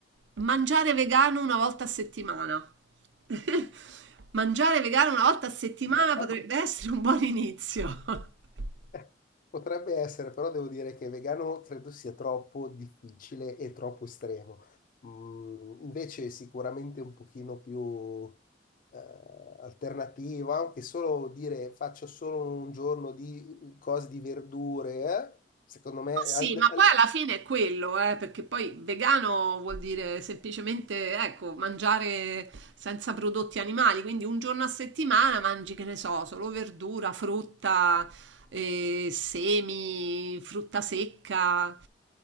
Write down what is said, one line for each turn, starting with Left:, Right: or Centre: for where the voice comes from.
Right: mangiare vegano una volta a settimana. <laughs> Mangiare vegano una volta a settimana
Left: Ma,
Right: potrebbe essere un buon inizio. <laughs>
Left: Eh, Potrebbe essere, però devo dire che vegano credo sia troppo difficile e troppo estremo. Mm, invece sicuramente un pochino più eh, alternativo, anche solo dire faccio solo un giorno di cose di verdure, eh, secondo me
Right: Ma sì,
Left: al-
Right: ma
Left: al-
Right: poi alla fine è quello, eh, perché poi vegano vuol dire semplicemente, ecco, mangiare senza prodotti animali, quindi un giorno a settimana mangi, che ne so, solo verdura, frutta, eh, semi, frutta secca,